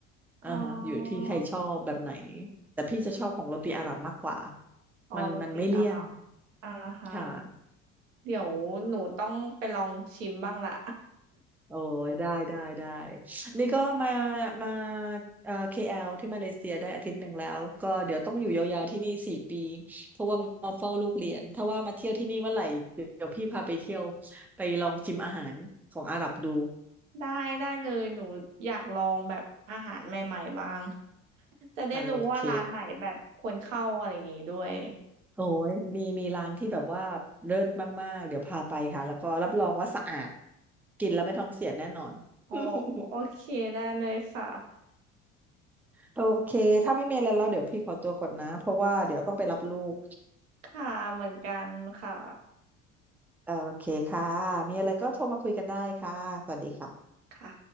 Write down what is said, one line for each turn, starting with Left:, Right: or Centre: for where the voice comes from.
Centre: อ่าฮะอยู่ที่ใครชอบแบบไหน
Right: อ๋อ
Centre: แต่พี่จะชอบของโรตีอาหรับมากกว่า
Right: อ๋อโรตีอาหรับ
Centre: มันมันไม่เลี่ยน
Right: อ่าฮะ
Centre: ค่ะ
Right: เดี๋ยวหนูต้องไปลองชิมบ้างละ
Centre: โอ้ยได้ได้ได้นี่ก็มามาเอ่อ k ลที่มาเลเซียได้อาทิตย์หนึ่งแล้วก็เดี๋ยวต้องอยู่ยาวๆที่นี่สี่ปีเพราะว่ามาเฝ้าลูกเรียนถ้าว่ามาเที่ยวที่นี่เมื่อไหร่เดี๋ยวพี่พาไปเที่ยวไปลองชิมอาหารของอาหรับดู
Right: <laughs> ได้ได้เลยหนูอยากลองแบบอาหารใหม่ๆบ้างจะได้รู้ว่าร้านไหนแบบควรเข้าอะไรอย่างงี้ด้วย
Centre: อ่ะโอเคโอ้ยมีมีร้านที่แบบว่าเลิศมากๆเดี๋ยวพาไปค่ะแล้วก็รับรองว่าสะอาดกินแล้วไม่ท้องเสียแน่นอน
Right: โอ
Centre: <laughs>
Right: โอเคได้เลยค่ะ
Centre: โอเคถ้าไม่มีอะไรแล้วเดี๋ยวพี่ขอตัวก่อนนะเพราะว่าเดี๋ยวต้องไปรับลูก
Right: ค่ะเหมือนกันค่ะ
Centre: โอเคค่ะ มีอะไรก็โทรมาคุยกันได้ค่ะ สวัสดีค่ะ
Right: ค่ะ